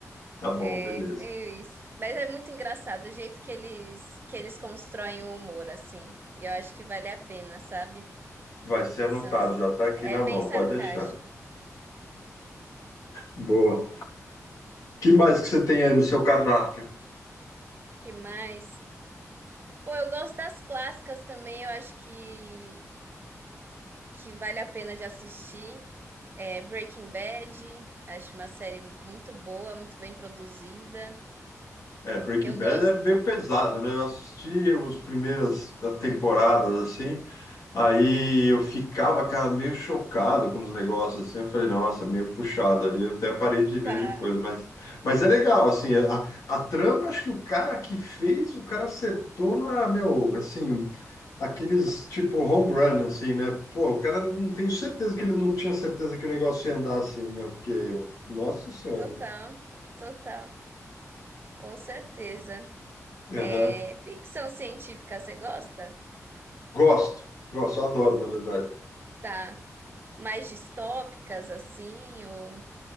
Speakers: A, on the left; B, on the right.
A: tá bom,
B: é
A: beleza.
B: meio isso. Mas é muito engraçado o jeito que eles, que eles constroem o humor, assim, e eu acho que vale a pena, sabe?
A: Vai ser
B: São,
A: anotado, já está aqui
B: é
A: na
B: bem
A: mão,
B: sarcástico.
A: pode deixar. Boa. que mais que você tem aí no seu cardápio?
B: Que mais? Pô, eu gosto das clássicas também, eu acho que que vale a pena de assistir. É Breaking Bad, acho uma série muito boa, muito bem produzida.
A: É, Breaking
B: Eu
A: Bad
B: gosto.
A: é meio pesado, né? Eu assisti as primeiras das temporadas, assim, aí eu ficava, cara, meio chocado com os negócios, assim, eu falei, nossa, meio puxado ali, eu até parei de ver
B: Tá,
A: depois, mas, mas é legal, assim, a, a trama, acho que o cara que fez, o cara acertou na, meu, assim, aqueles, tipo, home run, assim, né? Pô, o cara, não tenho certeza que ele não tinha certeza que o negócio ia andar assim, meu, porque, nossa senhora.
B: total, total, com certeza.
A: Aham.
B: É, ficção científica, você gosta?
A: Gosto, gosto, adoro, na verdade.
B: Tá. Mais distópicas, assim, ou...